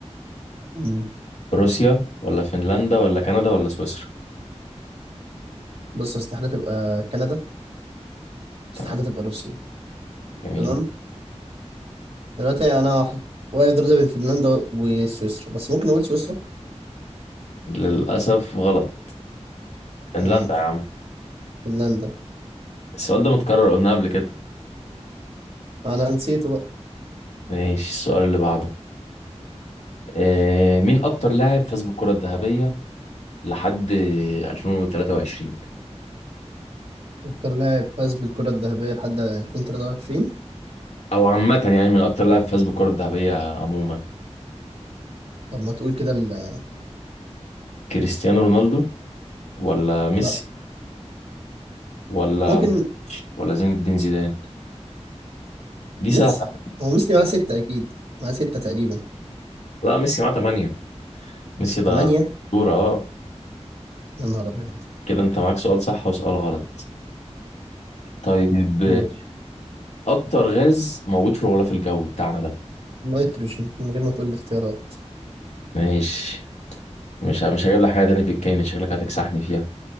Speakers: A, on the right; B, on the left.
A: مم.
B: روسيا ولا فنلندا ولا كندا ولا سويسرا
A: بص استحاله تبقى كندا
B: تمام
A: استحاله تبقى روسيا
B: جميل
A: تمام دلوقتي انا ح- واقف دلوقتي بين فنلندا وسويسرا بس ممكن اقول سويسرا
B: للأسف غلط فنلندا
A: آه.
B: يا عم
A: فنلندا
B: السؤال ده متكرر قلنا قبل كده
A: انا نسيت بقى
B: ماشي السؤال اللي بعده آه مين أكتر لاعب فاز بالكرة الذهبية لحد 2023
A: اكتر لاعب فاز بالكره الذهبيه لحد 2023
B: أو عامة يعني من أكتر لاعب فاز بالكرة الذهبية عموما
A: طب ما تقول كده ال-
B: كريستيانو رونالدو ولا ميسي
A: لا
B: ولا
A: ممكن
B: مودريتش ولا زين الدين زيدان دي
A: ميسي
B: سهلة
A: هو ميسي معاه ستة أكيد معاه ستة تقريبا
B: لا ميسي معاه تمانية ميسي ده
A: تمانية
B: أسطورة اه
A: يا نهار أبيض
B: كده انت معاك سؤال صح وسؤال غلط طيب
A: ماشي
B: اكتر غاز موجود في الغلاف الجوي بتاعنا ده
A: نيتروجين من غير ما تقول لي اختيارات
B: ماشي مش ه- مش هجيب لك حاجة تاني في الكيمياء شكلك هتكسحني فيها